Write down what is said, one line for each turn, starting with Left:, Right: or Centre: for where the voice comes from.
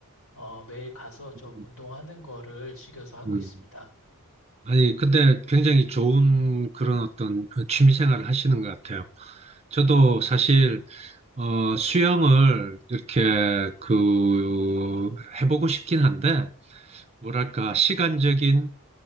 Left: 어, 매일 가서 좀
Right: 음.
Left: 운동하는 거를 즐겨서 하고
Right: 음.
Left: 있습니다.
Right: 아니, 근데 굉장히 좋은 그런 어떤 취미 생활을 하시는 것 같아요. 저도 사실, 어, 수영을 이렇게 그, 해보고 싶긴 한데, 뭐랄까, 시간적인